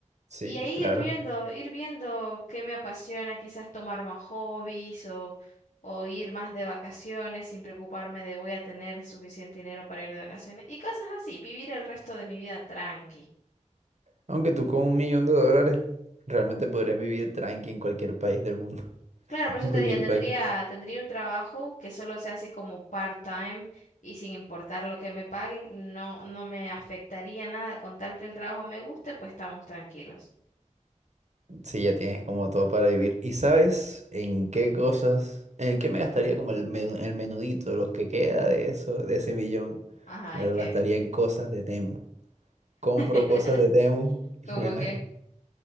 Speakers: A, on the right; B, on the left.
A: sí,
B: Y ahí
A: claro.
B: ir viendo, ir viendo qué me apasiona, quizás tomar más hobbies o, o ir más de vacaciones sin preocuparme de voy a tener suficiente dinero para ir de vacaciones y cosas así, vivir el resto de mi vida tranqui.
A: Aunque tú con un millón de dólares realmente podrías vivir tranqui en cualquier país del mundo.
B: Claro,
A: <laughs>
B: por eso
A: En
B: te
A: cualquier
B: diría, tendría,
A: país.
B: tendría un trabajo que solo sea así como part-time y sin importar lo que me paguen, no, no me afectaría nada con tal que el trabajo me guste, pues estamos tranquilos.
A: Sí, ya tienes como todo para vivir. ¿Y sabes en qué cosas, en qué me gastaría como el, me- el menudito, los que queda de eso, de ese millón?
B: Ajá,
A: Me
B: ¿en
A: lo
B: qué?
A: gastaría en cosas de Temu. Compro
B: <laughs>
A: cosas de Temu y
B: cómo
A: me las,
B: qué